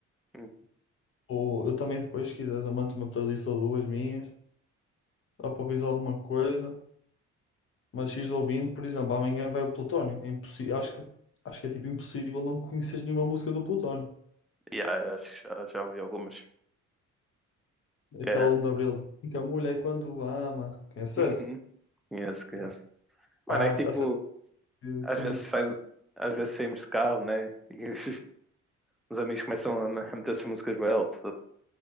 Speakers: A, in the centre; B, on the left.
A: Hum,
B: Ou eu também depois, se quiseres, eu mando uma playlist ou duas minhas. dá para ouvir alguma coisa, mas ires ouvindo, por exemplo, amanhã vai o Plutónio. É impossível, acho que, acho que é tipo impossível não conheces nenhuma música do Plutónio.
A: Yeah, eu acho que já, já ouvi algumas.
B: Aquela
A: É.
B: um de Abril, de, que a mulher quando ama, conhece
A: Uhum.
B: essa?
A: Conheço, conheço.
B: Yeah.
A: Mano,
B: Há,
A: é que
B: há certas
A: tipo,
B: que
A: às
B: que são
A: vezes
B: muito
A: sai, às vezes saímos de carro, né? <laughs> E os, os amigos começam a a meter essas músicas bem alto.